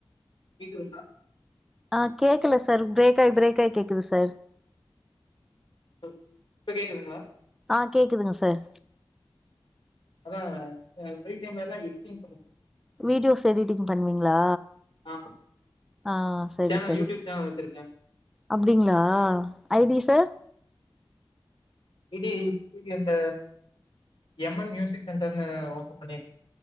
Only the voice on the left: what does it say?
கேக்குதுங்ளா
<unintelligible> இப்ப கேக்குதுங்ளா
ஆ ஆ ஃப்ரி டைம்லா எடிட்டிங் பண்ணுவே
ஆ
சேனல்
யூடியூப் சேனல் வச்சிருக்கே
E D இந்த எம் என் மியூசிக் சென்டர்னு ஓபன் பண்ணிர்